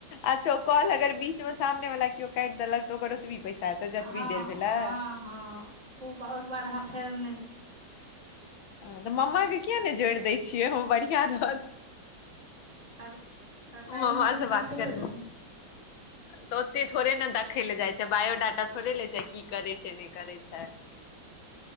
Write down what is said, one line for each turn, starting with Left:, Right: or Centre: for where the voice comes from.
Left: अच्छा ओ कोल अगर बीचमे सामने वाला केओ काटि देलक तऽ ओकर ओतबी। पैसा तऽ जतबी
Right: हँ
Left: देर भेलै?
Right: हँ हँ, ओ ओहिके बाद अहाँ फेरने
Left: ह, तऽ मम्माके किएक नहि जोड़ि दैत छियै। हम बढ़िआँ रहत
Right: सर, सरकारी
Left: मम्मा
Right: नौकरीवाला
Left: से बात
Right: के थोड़े
Left: करेमे
Right: जेथिन।
Left: तऽ ओते थोड़ेने देखै लए जाइत छै, बायोडाटा थोड़े ले छै, की करै छै नहि करै छै।